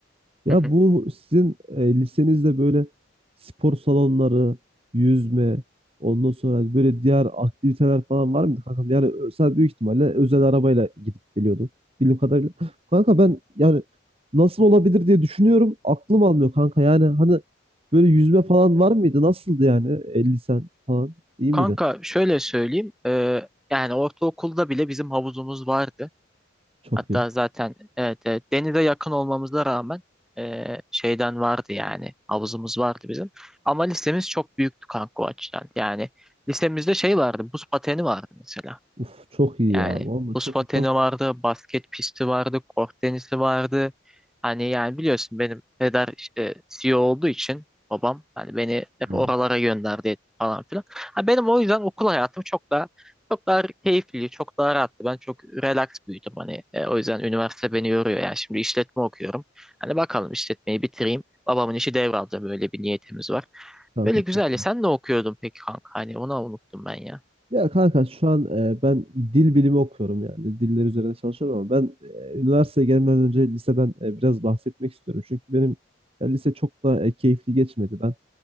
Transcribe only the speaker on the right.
Ya
bu sizin e, lisenizde böyle spor salonları, yüzme, ondan sonra böyle diğer aktiviteler falan var mıydı kankam? Yani ö- sen büyük ihtimalle özel arabayla gidip geliyordun bildiğim kadarıyla. Kanka ben yani nasıl olabilir diye düşünüyorum. Aklım almıyor kanka. Yani hani böyle yüzme falan var mıydı? Nasıldı yani? E, lisen falan iyi
miydi?
Çok
iyi.
Uf çok iyi
ya. Vallahi
çok
iyi. Çok
iyi.
Yani
Kanka
çok
iyi.
Ya kanka şu an e, ben dil bilimi okuyorum yani diller üzerine çalışıyorum ama ben e, üniversiteye gelmeden önce liseden e, biraz bahsetmek istiyorum. Çünkü benim e, lise çok da e, keyifli geçmedi. Ben